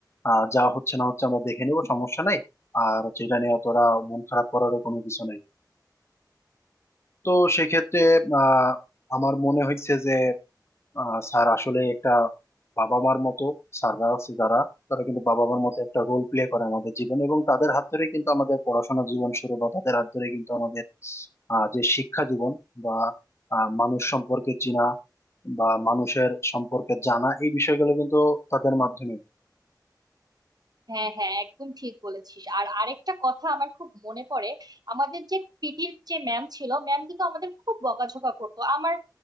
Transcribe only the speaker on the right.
হ্যাঁ হ্যাঁ একদম ঠিক বলেছিস আর আরেকটা কথা আমার খুব মনে পড়ে আমাদের যে পিটির যে ম্যাম ছিল ম্যাম কিন্তু আমাদের খুব বকাঝকা করতো আমার